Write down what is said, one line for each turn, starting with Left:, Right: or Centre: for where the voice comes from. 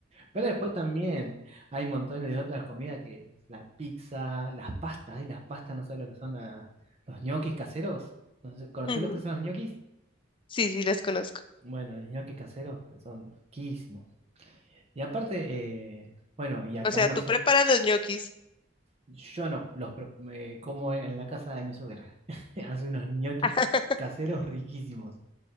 Right: Pero después también hay montones de otras comidas que la pizza, las pastas, y las pastas, no sé lo que son la- los ñoquis caseros. No sé, ¿conocés
Left: Ujú.
Right: los que son los ñoquis?
Left: Sí, sí, las conozco.
Right: Bueno, los ñoquis caseros son riquísimos. Y aparte, eh, bueno, y acá
Left: O sea,
Right: nosotros
Left: tú preparas los ñoquis.
Right: Yo no, los pre- me como en la casa de mi suegra. <laughs> Hace unos ñoquis
Left: <laughs>
Right: caseros riquísimos.